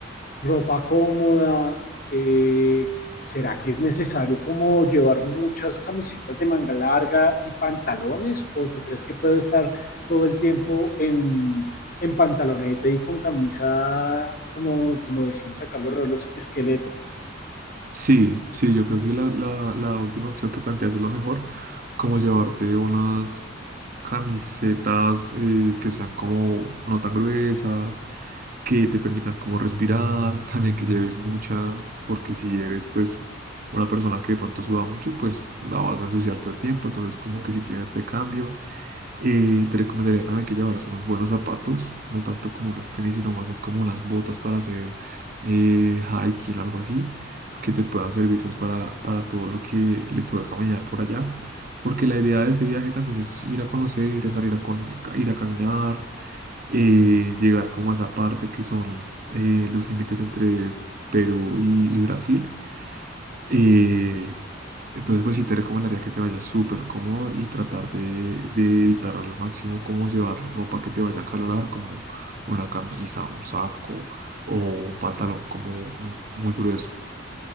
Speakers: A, on the left; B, on the right.
A: ropa cómoda. eh, ¿será que es necesario como llevar muchas camisetas de manga larga y pantalones? ¿O tú crees que puedo estar todo el tiempo en, en pantaloneta y con camisa, como, como decimos acá los rolos, esqueleto?
B: Sí, sí, yo creo que la, la, la última opción que planteas es la mejor, como llevarte unas camisetas eh, que sean como no tan gruesas, que te permitan como respirar, también que lleves mucha, porque si eres pues una persona que de pronto suda mucho, pues la vas a ensuciar todo el tiempo, entonces como que si tienes de cambio. Eh, te recomendaría también que llevaras unos buenos zapatos, no tanto como los tenis, sino más bien como unas botas para hacer eh, hiking o algo así, que te puedan servir pues, para, para todo lo que les toca caminar por allá. Porque la idea de ese viaje también es ir a conocer, ir a salir a, con- ir a caminar, eh, llegar como a esa parte que son eh, los límites entre Perú y y Brasil eh, entonces, pues sí te recomendaría que te vayas súper cómodo y tratar de, de evitar al máximo como llevar ropa que te vaya a acalorar, como una camisa, un saco o un pantalón como un- muy grueso.